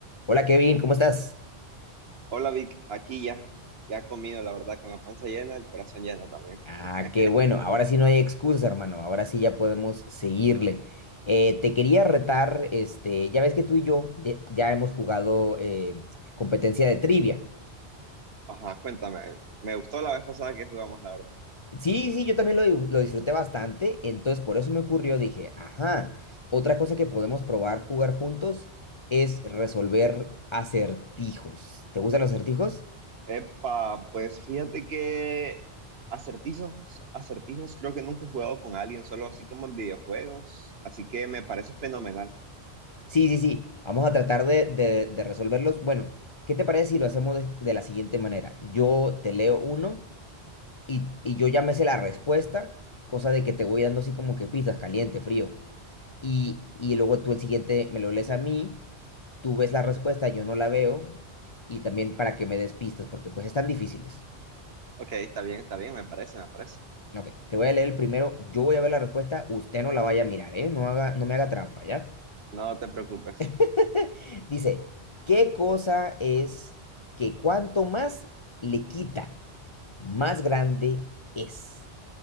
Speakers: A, on the left; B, on the right.
A: Hola Kevin, ¿cómo estás?
B: Hola Vic, aquí ya, ya comido, la verdad, con la panza llena, el corazón lleno también.
A: Ah,
B: <laughs>
A: qué bueno, ahora sí no hay excusas, hermano, ahora sí ya podemos seguirle. Eh, te quería retar, este, ya ves que tú y yo ye- ya, hemos jugado eh, competencia de trivia.
B: Ajá, cuéntame, me gustó la vez pasada que jugamos, la verdad.
A: Sí, sí, yo también lo, di- lo disfruté bastante, entonces por eso me ocurrió, dije, ajá, otra cosa que podemos probar jugar juntos es resolver acertijos. ¿Te gustan los acertijos?
B: Epa, pues fíjate que acertijos, acertijos creo que nunca he jugado con alguien, solo así como en videojuegos, así que me parece fenomenal.
A: Sí, sí, sí. Vamos a tratar de, de- de resolverlos. Bueno, ¿qué te parece si lo hacemos de, de la siguiente manera? Yo te leo uno y, y yo ya me sé la respuesta, cosa de que te voy dando así como que pistas, caliente, frío. Y, y luego tú el siguiente me lo lees a mí, tú ves la respuesta, yo no la veo, y también para que me des pistas, porque pues están difíciles.
B: Ok, está bien, está bien, me parece, me parece.
A: Ok, te voy a leer el primero, yo voy a ver la respuesta, usted no la vaya a mirar, ¿eh? No haga, no me haga trampa, ¿ya?
B: No te preocupes.
A: <laughs> Dice, ¿qué cosa es que cuanto más le quita, más grande es?